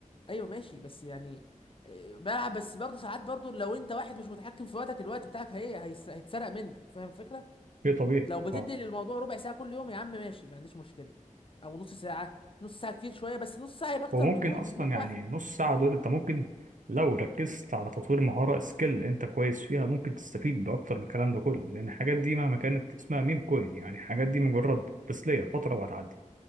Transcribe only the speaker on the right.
شيء طبيعي
اه
هو ممكن
اصلا
يعني
نص ساعه دول انت ممكن لو ركزت على تطوير مهاره سكيل انت كويس فيها ممكن تستفيد باكتر من الكلام ده كله لان الحاجات دي مهما كانت اسمها ميم كوين يعني الحاجات دي مجرد تسليه فتره وهتعدي